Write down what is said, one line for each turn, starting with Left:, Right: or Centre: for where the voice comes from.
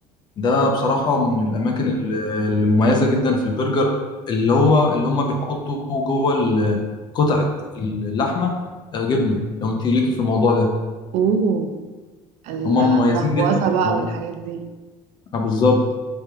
Left: ده بصراحة من الأماكن ال- المميزة جدا في البرجر اللي هو اللي هم بيحطوا جوه ال- قطعة اللحمة آه، جبنة لو انت ليكي في الموضوع ده
Right: اوه ال-
Left: هم
Right: اللهوسه
Left: مميزين جدا في
Right: بقى
Left: الموضوع
Right: والحاجات دي
Left: ده آه، بالظبط